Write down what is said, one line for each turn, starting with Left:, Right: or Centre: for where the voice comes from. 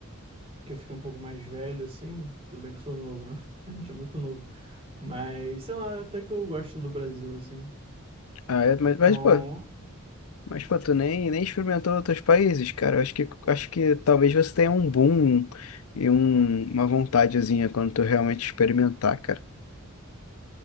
Right: que eu fiquei um pouco mais velho assim, tudo bem que eu sou novo, né? <laughs> A gente é muito novo, mas sei lá, até que eu gosto do Brasil assim.
Left: Ah, é, mas,
Right: Então,
Left: mas, pô, mas, pô, tu nem, nem experimentou outros países, cara. Eu acho que, acho que talvez você tenha um boom e um, uma vontadezinha quando tu realmente experimentar, cara.